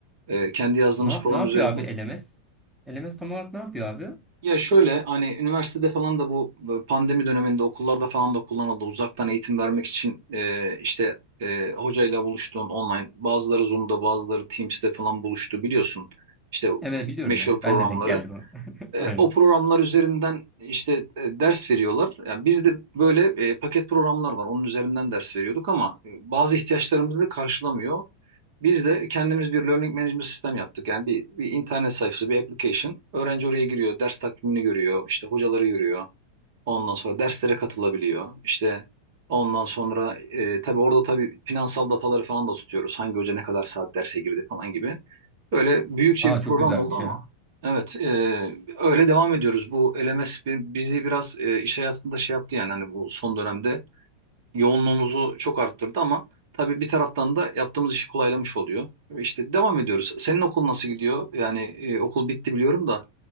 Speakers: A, on the right (about 50°); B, in the centre.
A: E, kendi yazdığımız
B: Ne, yap-
A: program
B: ne yapıyor
A: üzerinden.
B: abi LMS? LMS tam olarak ne yapıyor abi?
A: Ya şöyle hani üniversitede falan da bu e, pandemi döneminde okullarda falan da kullanıldı. Uzaktan eğitim vermek için e, işte e, hocayla buluştuğun online bazıları Zoom'da bazıları Teams'te falan buluştu biliyorsun. İşte
B: Evet biliyorum
A: meşhur
B: ya.
A: programları.
B: Ben de denk geldim ona. <laughs>
A: E,
B: Aynen.
A: o programlar üzerinden işte e, ders veriyorlar. Yani bizde böyle e, paket programlar var. Onun üzerinden ders veriyorduk ama e, bazı ihtiyaçlarımızı karşılamıyor. Biz de kendimiz bir learning management sistem yaptık. Yani bir, bir internet sayfası, bir application. Öğrenci oraya giriyor, ders takvimini görüyor, işte hocaları görüyor. Ondan sonra derslere katılabiliyor. İşte ondan sonra e, tabii orada tabii finansal dataları falan da tutuyoruz. Hangi hoca ne kadar saat derse girdi falan gibi. Böyle büyükçe
B: Aa
A: bir program
B: çok güzelmiş
A: oldu ama
B: ya.
A: evet e, öyle devam ediyoruz. Bu LMS bi- bizi biraz e, iş hayatında şey yaptı yani hani bu son dönemde yoğunluğumuzu çok arttırdı ama tabii bir taraftan da yaptığımız işi kolaylamış oluyor. İşte devam ediyoruz. Senin okul nasıl gidiyor? Yani e, okul bitti biliyorum da